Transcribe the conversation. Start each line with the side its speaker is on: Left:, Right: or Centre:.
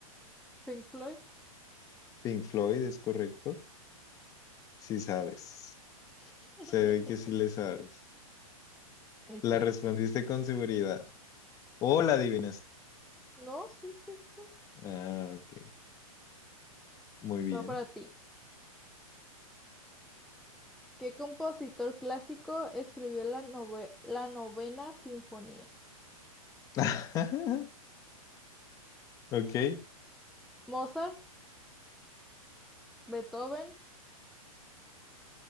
Centre: Pink Floyd.
Left: Pink Floyd, es correcto. Sí sabes.
Centre: <laughs>
Left: Se ve que sí le sabes.
Centre: ok.
Left: La respondiste con seguridad. O la adivinaste.
Centre: No, sí, Pink Floyd.
Left: Ah, ok. Muy bien.
Centre: Va para ti. ¿Qué compositor clásico escribió la nove- la Novena Sinfonía?
Left: <laughs> Ok.
Centre: ¿Mozart, Beethoven,